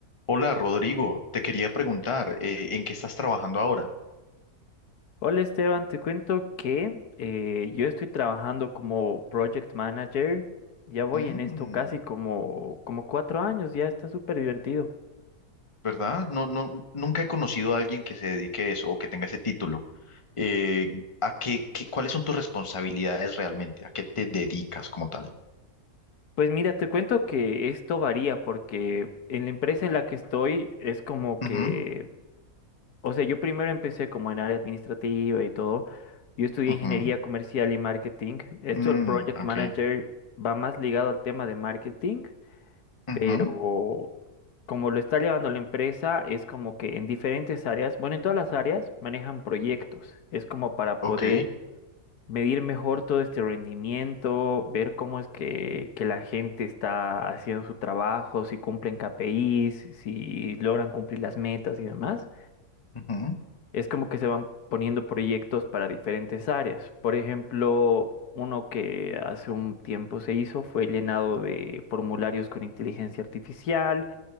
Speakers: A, on the left; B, on the left.
A: Hola Rodrigo, te quería preguntar, eh, ¿en qué estás trabajando ahora?
B: Hola Esteban, te cuento que eh, yo estoy trabajando como project manager. Ya voy
A: Mm,
B: en esto casi como, como cuatro años, ya está súper divertido.
A: ¿verdad? No, no, nunca he conocido a alguien que se dedique a eso o que tenga ese título. Eh, ¿a qué, qué- cuáles son tus responsabilidades realmente? ¿A qué te dedicas como tal?
B: Pues mira, te cuento que esto varía porque en la empresa en la que estoy es como que,
A: Ujú,
B: o sea, yo primero empecé como en área administrativa y todo. Yo estudié
A: ujú,
B: ingeniería comercial y marketing. Esto,
A: mm,
B: el project
A: ok,
B: manager va más ligado al tema de marketing.
A: ujú,
B: pero como lo está llevando la empresa, es como que en diferentes áreas, bueno, en todas las áreas manejan proyectos. Es como para
A: ok,
B: poder medir mejor todo este rendimiento, ver cómo es que, que la gente está haciendo su trabajo, si cumplen KPIs, si logran cumplir las metas y demás.
A: ujú,
B: Es como que se van poniendo proyectos para diferentes áreas. Por ejemplo... Uno que hace un tiempo se hizo fue el llenado de formularios con inteligencia artificial,